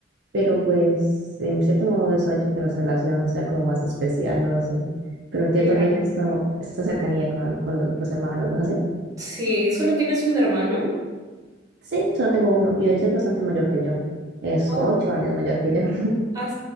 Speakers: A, on the right; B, on the right.
A: pero pues en cierto modo eso ha hecho que nuestra relación sea como más especial, no lo sé, pero entiendo
B: claro.
A: bien esto, esta cercanía con, con los, los hermanos, ¿no es así?
B: Sí, solo tienes un hermano.
A: Sí, solo tengo uno y de hecho es bastante mayor que yo, es
B: Oh,
A: ocho años mayor que yo. <laughs>
B: Ah,